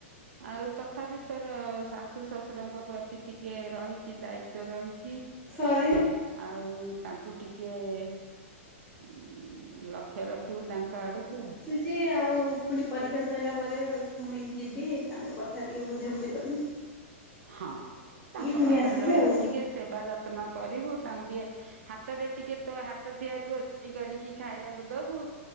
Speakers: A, on the right; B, in the centre.
A: ଆଉ ତଥାପି ତୋ ର ଶାଶୁ ଶଶୁରଙ୍କ ପ୍ରତି ଟିକେ ରହିଚି ଦାୟିତ୍ଵ ରହିଛି।
B: ସରି
A: ଆଉ ତାଙ୍କୁ ଟିକିଏ ଉଁ, ଲକ୍ଷ୍ୟ ର ଖିବୁ ତାଙ୍କ ଆଡ଼କୁ।
B: ଚି ଆଉ ପୁଣି ପରୀକ୍ଷା ସଇଲା ପରେ ପୁଣି ଯିବି ତାଙ୍କ କଥା ଟିକେ ବୁଝାବୁଝି କରିମି।
A: ହଁ ତାଙ୍କ
B: ପୁଣି
A: ପାଖରେ
B: ଆସିବି
A: ରହିବୁ
B: ଆଉ
A: ଟିକେ ସେବା ଯତ୍ନ କରିବୁ, ତାଙ୍କୁ ଟିକେ ହାତରେ ଟିକେ ତୋ ହାତ ତିଆରି ରୋଷେଇ କରିକି ଖାଇବାକୁ ଦବୁ।